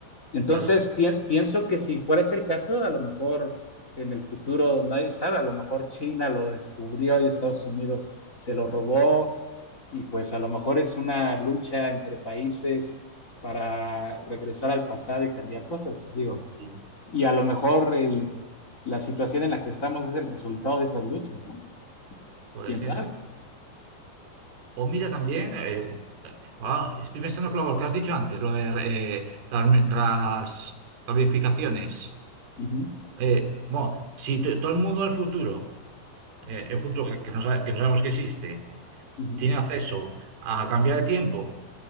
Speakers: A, on the left; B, on the right.
A: Entonces,
B: Claro,
A: pi- pienso que si fuera ese el caso, a lo mejor en el futuro, nadie sabe, a lo mejor China lo descubrió y Estados Unidos se lo robó y pues a lo mejor es una lucha entre países para regresar al pasado y cambiar cosas, digo.
B: sí,
A: Y a lo mejor el, la situación en la que estamos es el resultado de esas luchas, ¿no?
B: puede
A: ¿Quién
B: ser.
A: sabe?
B: O mira también, eh, ah, estoy pensando claro, lo que has dicho antes, lo de eh, las, las ramificaciones.
A: Ujú,
B: Eh, bueno, si to- todo el mundo del futuro, eh, el futuro que, que no sabe- que no sabemos que existe,
A: ujú,
B: tiene acceso a cambiar de tiempo